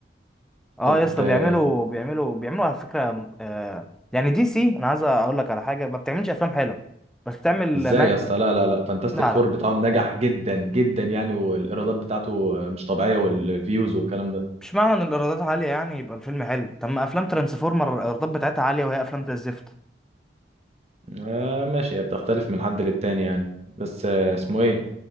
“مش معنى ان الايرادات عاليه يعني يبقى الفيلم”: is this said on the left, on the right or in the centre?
Centre